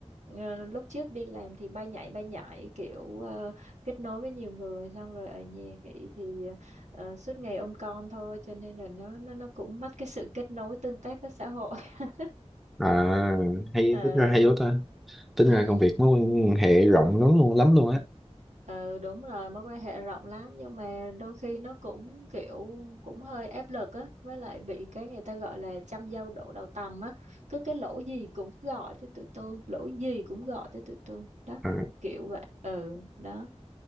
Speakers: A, on the right (about 85°); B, in the centre.
A: ờ, lúc trước đi làm thì bay nhảy bay nhảy kiểu ờ, kết nối với nhiều người xong rồi ở nhà nghỉ thì ờ, suốt ngày ôm con thôi cho nên là nó nó nó cũng mất cái sự kết nối tương tác với xã hội <laughs>
B: à hay
A: Ờ,
B: tính ra hay quá ta tính
A: ừ.
B: ra công việc mối quan hệ rộng lắm luôn lắm luôn á
A: Ừ đúng rồi mối quan hệ rộng lắm nhưng mà đôi khi nó cũng kiểu cũng hơi áp lực á với lại bị cái người ta gọi là trăm dâu đổ đầu tằm á cứ cái lỗi gì cũng gọi tới tụi tôi lỗi gì cũng gọi tới tụi tôi đó
B: à,
A: kiểu vậy ừ đó